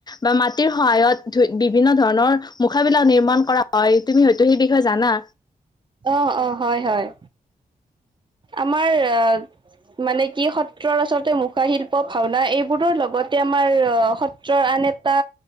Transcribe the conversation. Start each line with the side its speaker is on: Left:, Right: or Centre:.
Left: বা মাটিৰ সহায়ত ধ বিভিন্ন ধৰণৰ মুখাবিলাক নিৰ্মাণ কৰা হয় তুমি হয়তো সেই বিষয়ে জানা
Right: অ অ হয় হয় আমাৰ মানে কি সত্ৰৰ আচলতে মুখা শিল্প ভাওনা এইবোৰৰ লগত তে আমাৰ সত্ৰৰ আন এটা